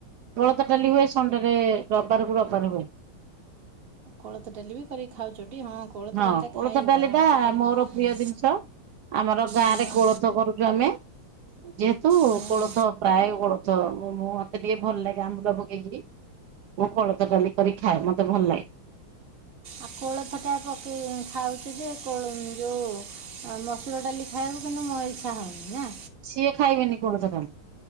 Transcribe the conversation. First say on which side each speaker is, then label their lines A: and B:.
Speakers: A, on the right (about 80°); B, on the right (about 35°).
A: କୋଳଥ ଡାଲି ହୁଏ ସଣ୍ଡେରେ ରବିବାରକୁ ରବିବାର ହୁଏ।
B: କୋଳଥ ଡାଲି ବି କରିକି ଖାଉଛ ଟି ହଁ। କୋଳଥ
A: ହଁ
B: ଡାଲିଟା
A: କୋଳଥ
B: ଖାଇବ
A: ତାଲି
B: ଆଜିକାଲି
A: ଟା ମୋର
B: ହଁ
A: ପ୍ରିୟ ଜିନିଷ। ଆମର ଗାଁରେ
B: ହଁ
A: କୋଳଥ କରୁଚୁ ଆମେ ଯେହେତୁ
B: ହଁ
A: କୋଳଥ। ପ୍ରାୟେ କୋଳଥ ମୁଁ ମୁଁ ମତେ ଟିକେ ଭଲ ଲାଗେ ଆମ୍ବୁଲ ପକେଇକିରି। ମୁଁ କୋଳଥ ଡାଲି କରି ଖାଏ ମତେ ଭଲ ଲାଗେ।
B: ଆଉ କୋଳଥଟା ପକେଇ ଖାଉଚୁ ଯେ କୋଳ ଯଉ ଆ ମ ମସୁର ଡାଲି ଖାଇବାକୁ କିନ୍ତୁ ମ ଇଚ୍ଛା ହଉନି ନା।
A: ସିଏ ଖାଇବେନି କୋଳଥ ଡାଲି